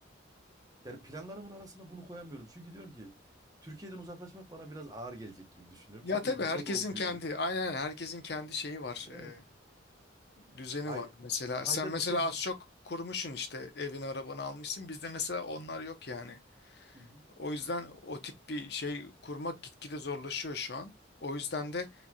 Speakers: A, on the right; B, on the left.
A: Yani planlarımın arasına bunu koyamıyorum. Çünkü diyorum ki Türkiye'den uzaklaşmak bana biraz ağır gelecek gibi düşünüyorum.
B: Ya
A: Çünkü
B: tabii
A: burada
B: herkesin
A: doğup büyüdüm.
B: kendi aynen aynen, herkesin kendi şeyi var.
A: Evet.
B: e, düzeni
A: Ay,
B: var. Mesela
A: ayda
B: sen mesela
A: bir kez
B: az çok kurmuşsun işte evini arabanı almışsın. Bizde mesela onlar yok yani.
A: Hı hı.
B: O yüzden o tip bir şey kurmak gitgide zorlaşıyor şu an. O yüzden de